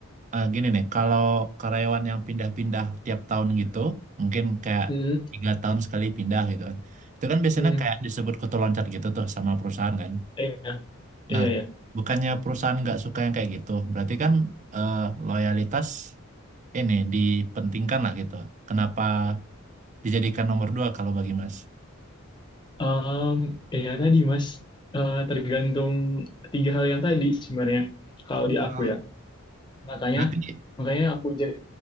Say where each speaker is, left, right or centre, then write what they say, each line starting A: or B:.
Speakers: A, on the right; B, on the left.
A: eh, gini nih, kalau karyawan yang pindah-pindah tiap tahun gitu, mungkin kayak
B: mm,
A: tiga tahun sekali pindah gitu kan, itu kan biasanya
B: mm,
A: kayak disebut kutu loncat gitu tuh sama perusahaan kan.
B: iya, iya,
A: Nah,
B: iya.
A: bukannya perusahaan nggak suka yang kayak gitu, berarti kan eh, loyalitas ini dipentingkan lah gitu. Kenapa dijadikan nomor dua kalau bagi Mas?
B: Um, ya tadi Mas, Eh, tergantung tiga hal yang tadi sebenarnya. Kalau di
A: Nah,
B: aku ya, makanya
A: Berarti
B: makanya aku jadi